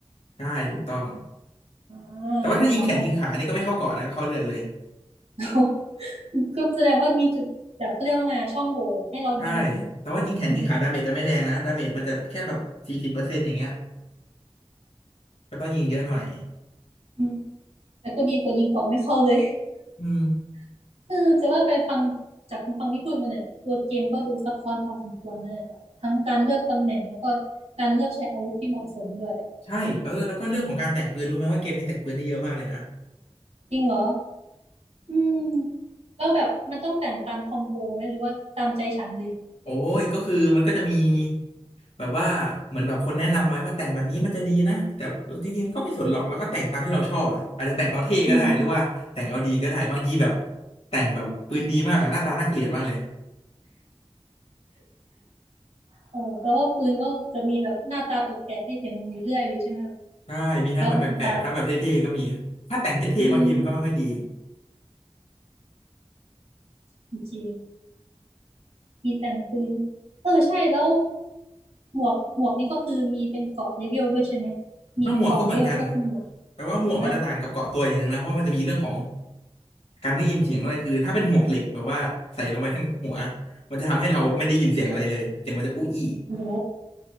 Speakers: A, on the left; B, on the right.
A: ใช่ถูกต้อง
B: อ่าโอเคพอเข้าใจ
A: แต่ว่าถ้ายิงแขนยิงขานี่ก็ไม่เข้าเกราะนะก็เข้าเลือดเลย
B: <laughs> ก็แสดงว่ามีจุดแบบเขาเรียกว่าไงอะช่องโหว่ให้เรายิง
A: ใช่แต่ว่ายิงแขนยิงขาดาเมจจะไม่แรงนะดาเมจมันจะแค่แบบสี่สิบเปอร์เซ็นต์อย่างเงี้ย
B: ใช่ไหม
A: ก็ต้องยิงเยอะหน่อย
B: อืม แต่ก็ดีกว่ายิงเกาะไม่เข้าเลย
A: อืม
B: <laughs> เออจะว่าไปฟังจากฟังที่พูดมาเนี่ยตัวเกมก็ดูซับซ้อนพอสมควรนะเนี่ยแบบทั้งการเลือกตำแหน่งแล้วก็การเลือกใช้อาวุธที่เหมาะสมด้วย
A: ใช่เออแล้วก็เรื่องของการแต่งปืนรู้ไหมว่าเกมนี้แต่งปืนได้เยอะมากเลยนะ
B: จริงเหรออืมแล้วแบบมันต้องแต่งตามคอมโบไหมหรือว่าตามใจฉันเลย
A: โอ้ยก็คือมันก็จะมีแบบว่าเหมือนแบบคนแนะนำไว้ว่าแต่งแบบนี้มันจะดีนะแต่จริงๆก็ไม่สนหรอกแล้วก็แต่งตามที่เราชอบอ่ะอาจจะแต่งเอาเท่ก็ได้หรือว่าแต่งเอาดีก็ได้บางทีแบบ
B: อืม
A: แต่งแบบปืนดีมากอะหน้าตาน่าเกลียดมากเลย
B: โอ้แปลว่าปืนก็จะมีแบบหน้าตาแปลกๆให้เห็นอยู่เรื่อยเลยใช่ไหมแบ
A: ใช่มีทั้งแบบแปลกๆทั้งแบบเท่ๆก็มีถ้าแต่งเท่ๆบางทีมันก็ไม่ค่อยดี
B: แล้วแต่สไตล์อืมโอเคมีแต่งปืนเออใช่แล้วหมวกหมวกนี่ก็คือมีเป็นเกราะเลเวลด้วยใช่ไหมมีเกราะเลเวลแล้วก็หมวก
A: ถ้าหมวกก็เหมือนกันแต่ว่าหมวกมันจะต่างกับเกาะตัวอย่างหนึ่งนะเพราะว่ามันจะมีเรื่องของ
B: อ่า
A: การได้ยินเสียงด้วยคือถ้าเป็นหมวกเหล็กแบบว่าใส่ลงไปทั้งหัวมันจะทำให้เราไม่ได้ยินเสียงอะไรเลยเสียงมันจะอู้อี้
B: โอ้โห